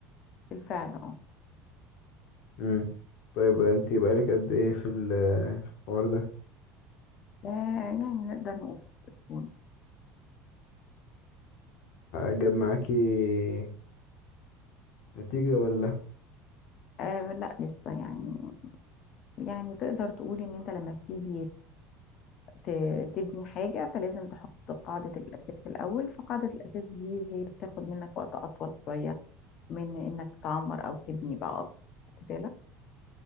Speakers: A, on the left (about 50°); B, on the left (about 65°).
A: بالفعل اه
B: امم طيب انت بقالك قد ايه في ال- في الحوار ده
A: آه، يعني نقدر نقول تكون
B: جاب معاكي نتيجة ولا
A: آه لا لسه يعني يعني تقدر تقول إن أنت لما بتيجي ت- تبني حاجة فلازم تحط قاعدة الأساس الأول فقاعدة الأساس دي هي بتاخد منك وقت أطول شوية من إنك تعمر أو تبني بقى أكتر خدت بالك